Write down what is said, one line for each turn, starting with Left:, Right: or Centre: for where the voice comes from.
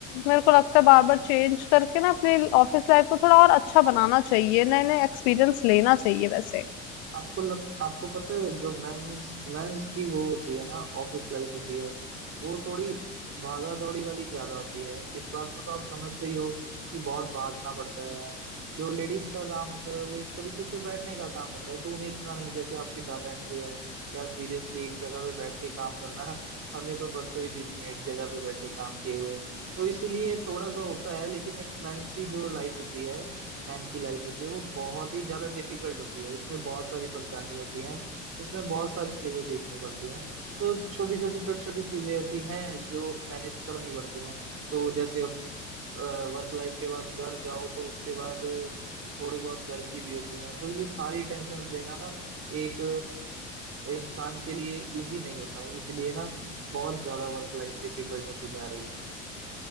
Left: मेरे को लगता है बार बार चेंज करके ना अपने ऑफिस लाइफ को थोड़ा और अच्छा बनाना चाहिए नए नए एक्सपीरियंस लेना चाहिए वैसे
Right: आपको लग, आपको पता है जो मेंस मेंस की वो होती है ना ऑफिस लाइफ होती है वो थोड़ी भागा दौड़ी वाली ज्यादा होती है इस बात को तो आप समझते ही हो कि बहुत भागना पड़ता है जो लेडीज का काम होता है वो एक तरीके से बैठने का काम होता है तो उन्हें इतना नहीं जैसे आपकी डाटा एंट्री है यार सीरियसली एक जगह पे बैठ के काम करना हमें तो बरसों ही बीत गए एक जगह पे बैठे काम किए हुए तो इसीलिए थोड़ा सा होता है लेकिन एक मैन की जो लाइफ होती है मैन की लाइफ होती है वो बहुत ही ज्यादा डिफिकल्ट होती है इसमें बहुत सारी परेशानी होती है इसमें बहुत सारी चीजें देखनी पड़ती हैं तो छोटी छोटी छोटी छोटी चीजें ऐसी हैं जो मैनेज करनी पड़ती हैं तो जैसे अब वर्क लाइफ के बाद घर जाओ तो उसके बाद थोड़ी बहुत घर की भी होती हैं तो ये सारी टेंशन्स लेना ना एक इंसान के लिए इजी नहीं होता इसलिए ना बहुत ज्यादा वर्क लाइफ डिफिकल्ट होती जा रही है